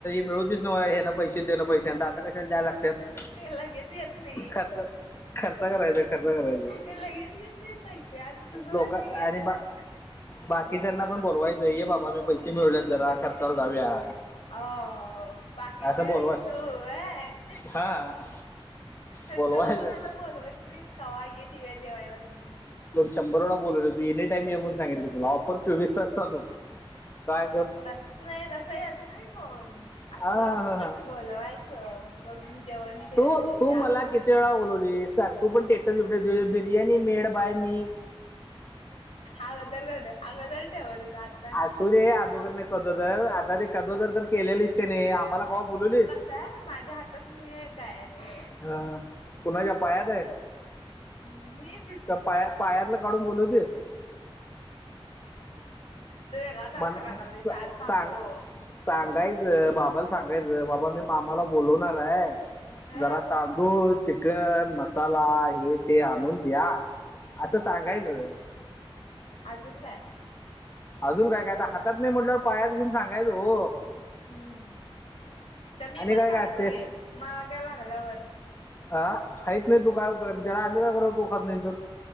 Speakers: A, on the left; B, on the left.
A: मिळूतीच ना हे पैसे दें पैसे कशा द्याय लागत
B: ते लगेच येत नाही.
A: खर्च खर्च करायच खर्च करायच
B: ते लगेच येत नाही पैसे आज तुझं होय
A: लोक
B: मी
A: आणि
B: गेलं तर
A: बाकीच्यांना पण बोलवायचंय ये बाबा मी पैसे मिळवल्यात जरा खर्चाला जाऊया
B: अ बाकीची
A: असं बोलवाय
B: म्हणजे तू होऊय
A: हा
B: तो
A: बोलवायचं
B: मला बोलवत नाहीस कावा ये दिव्या जेवायला म्हणून
A: शंभरवेळां बोललो तूं एनी टाईमं येऊं सांगितलं तुलां ऑफर चोवीस तासं चालूं कायं गं
B: तसं नाहीं तसं येतं नाहीं कोणं असं
A: हा हा हा
B: बोलवायचं बघं जेवणं केलंय
A: तू तू
B: यां
A: मला
B: म्हणूंन
A: किती वेळा बोलवली सांग तू पणं टेटव बिर्याणी मेड बांय मी
B: आंग तर्र करंडे आगोदर ठेवायचां
A: अंसू रे अदोगर नाहीं कदोदर आतां ते कदोदर तरं केलेलेस कां नाहीं आम्हांला केव्हां बोलवलीसं
B: तरं माझ्यां हात तरं ते हे कायं रे
A: हां हां पुन्हांच्यांया पांयातं आहे
B: मी
A: पायां पायातंल काढूंन बोलवतेसं
B: ते वेगळाचं अर्थ
A: मला
B: काढायलां नाहीं
A: सा-
B: सांज सांगतो
A: सांग सांगायचं बाबांला सांगायचं बाबां मी मामालां बोलवणारं आहे
B: ह
A: जरां तां तूं चिकन मसांला हे ते आंणून द्यां असं सांगायचं
B: अजूंन कायं
A: अजूंन कायं कायतां हातांत नाहीं म्हटलंवर पांयातं घेऊन सांगायचं हो
B: हम्मं मी
A: आणि
B: पणं
A: काय
B: खातं
A: काय असते
B: नाहीं मागं लागल्यांवर
A: अ खाहीतं नाहीं तूं कायं रां कायं करां तूं खातं नाहीं तरं